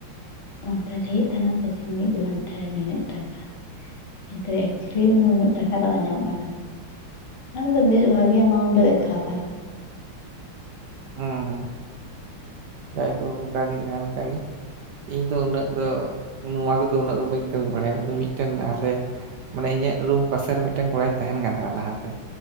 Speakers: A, on the left; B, on the right.
A: ᱚᱱᱠᱟ ᱞᱟᱹᱭᱮᱫ ᱛᱟᱦᱮᱱᱟᱠᱚ ᱡᱮ ᱢᱤᱫ ᱜᱷᱚᱱᱴᱟ ᱨᱮ ᱱᱤᱱᱟᱹᱜ ᱴᱟᱠᱟ ᱠᱤᱱᱛᱩ ᱮᱠᱪᱩᱭᱮᱞᱤ ᱢᱟᱱᱮ ᱩᱱᱟᱹᱜ ᱴᱟᱠᱟ ᱫᱚ ᱵᱟᱝ ᱧᱟᱢᱚᱜ ᱠᱟᱱ ᱛᱟᱦᱮᱱᱟ <unintelligible> ᱵᱮᱥ ᱵᱷᱟᱜᱤ ᱮᱢᱟᱩᱱᱴ ᱫᱮᱠᱷᱟᱣ ᱫᱟ
B: ᱦᱩᱸ ᱦᱩᱸ ᱡᱟᱭ ᱦᱳᱠ ᱚᱱᱠᱟ ᱜᱮ ᱡᱟᱦᱟᱸ ᱞᱮᱠᱟ ᱜᱮ ᱤᱧ ᱫᱚ ᱩᱱᱟᱹᱜ ᱫᱚ ᱱᱚᱣᱟ ᱠᱚᱫᱚ ᱩᱱᱟᱹᱜ ᱫᱚ ᱵᱟᱹᱧ ᱠᱟᱹᱢᱤ ᱵᱟᱲᱟᱭᱟ ᱟᱫᱟ ᱢᱤᱫᱴᱮᱱ ᱟᱞᱮ ᱢᱟᱱᱮ ᱤᱧᱟᱹᱜ ᱨᱩᱢ ᱯᱟᱥᱮ ᱨᱮ ᱢᱤᱫᱴᱮᱱ ᱠᱚᱲᱟᱭ ᱛᱟᱦᱮᱱ ᱠᱟᱱ ᱛᱟᱦᱮᱱᱟ ᱞᱟᱦᱟᱛᱮ